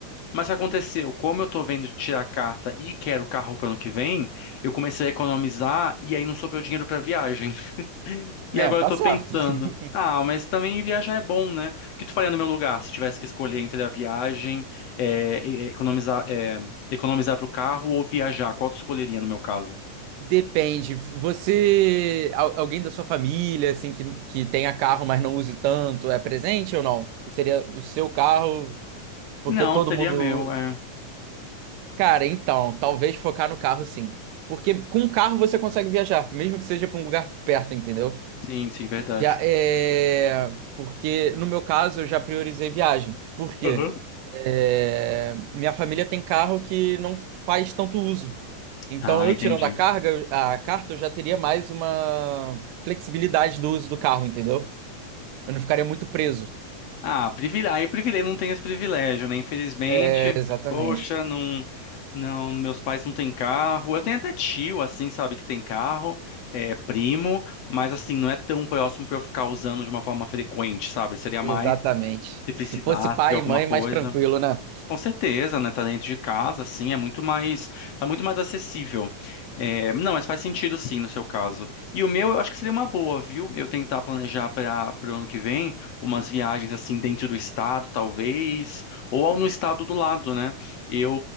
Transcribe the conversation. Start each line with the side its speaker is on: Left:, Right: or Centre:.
Left: mas o que aconteceu? Como eu tô vendo de tirar a carta e quero carro para ano que vem, eu comecei a economizar e aí não sobrou dinheiro para viagem.
Right: É,
Left: E agora
Right: tá
Left: eu tô
Right: certo.
Left: pensando,
Right: <laughs>
Left: ah, mas também viajar é bom, né? O que tu faria no meu lugar se tivesse que escolher entre a viagem, é, e- e- economizar, é, economizar pro carro ou viajar? Qual tu escolheria no meu caso?
Right: Depende. Você, al- alguém da sua família, assim, que, que tenha carro, mas não use tanto, é presente ou não? Seria o seu carro, porque
Left: Não,
Right: todo
Left: seria
Right: mundo.
Left: meu, é.
Right: Cara, então, talvez focar no carro, sim. Porque com o carro você consegue viajar, mesmo que seja para um lugar perto, entendeu?
Left: Sim, sim, verdade.
Right: Já é. Porque no meu caso eu já priorizei viagem. Por quê?
Left: Aham.
Right: É, minha família tem carro que não faz tanto uso. Então,
Left: Ah,
Right: eu
Left: entendi.
Right: tirando a carga, a carta, eu já teria mais uma flexibilidade do uso do carro, entendeu? Eu não ficaria muito preso.
Left: Ah, privile... aí o privilégio não tem esse privilégio, né? Infelizmente,
Right: É, exatamente.
Left: poxa, não, não, meus pais não têm carro. Eu tenho até tio, assim, sabe, que tem carro, é primo, mas assim, não é tão próximo pra eu ficar usando de uma forma frequente, sabe? Seria
Right: Exatamente.
Left: mais se precisasse
Right: Se fosse pai
Left: de alguma
Right: e mãe,
Left: coisa.
Right: mais tranquilo, né?
Left: Com certeza, né? Tá dentro de casa, assim, é muito mais, tá muito mais acessível. É, não, mas faz sentido sim no seu caso. E o meu, eu acho que seria uma boa, viu? Eu tentar planejar para o ano que vem umas viagens assim dentro do estado, talvez, ou ao no estado do lado, né? Eu